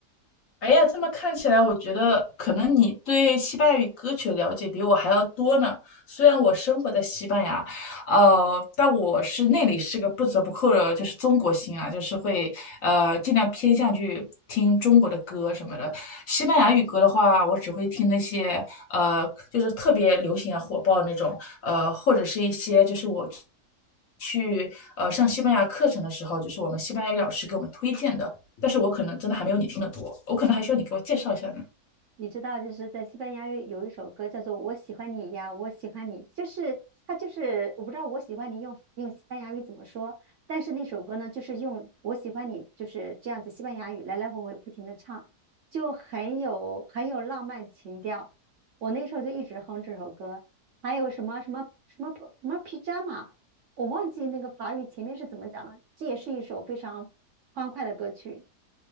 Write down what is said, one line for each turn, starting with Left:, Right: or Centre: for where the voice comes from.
Left: 哎呀，这么看起来，我觉得可能你对西班牙语歌曲的了解比我还要多呢。虽然我生活在西班牙，呃，但我是那里是个不折不扣的，就是中国心啊，就是会呃尽量偏向去听中国的歌什么的。西班牙语歌的话，我只会听那些呃，就是特别流行啊、火爆那种，呃，或者是一些就是我去呃上西班牙课程的时候，就是我们西班牙语老师给我们推荐的。但是我可能真的还没有你听得多，我可能还需要你给我介绍一下呢。
Right: 你知道，就是在西班牙语有一首歌叫做《我喜欢你呀，我喜欢你》，就是它就是我不知道“我喜欢你用”用西班牙语怎么说，但是那首歌呢，就是用“我喜欢你”就是这样子西班牙语来来回回不停的唱，就很有很有浪漫情调。我那时候就一直哼这首歌，还有什么什么什么什么 pajama，我忘记那个法语前面是怎么讲了，这也是一首非常欢快的歌曲。